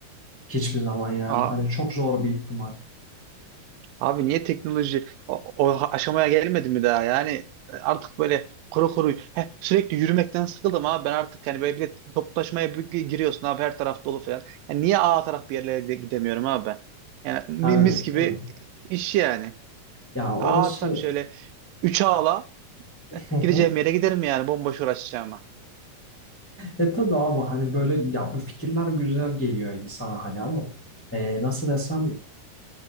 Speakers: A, in the centre; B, on the right.
A: Hiçbir zaman yani
B: Ağ
A: hani çok zor bir ihtimal.
B: Abi niye teknoloji o, o aşamaya gelmedi mi daha? Yani e, artık böyle kuru kuru heh, sürekli yürümekten sıkıldım abi. Ben artık hani böyle bir de toplaşmaya bir gi- giriyorsun abi her taraf dolu falan. Yani niye A taraf bir yerlere de gidemiyorum abi ben? Yani mi-
A: Yani,
B: mis gibi
A: evet.
B: iş yani.
A: Ya orası
B: A atsam şöyle 3 ağla
A: <laughs>
B: gideceğim yere giderim yani bomboş uğraşacağıma.
A: E tabii abi hani böyle ya bu fikirler güzel geliyor insana hani ama e, nasıl desem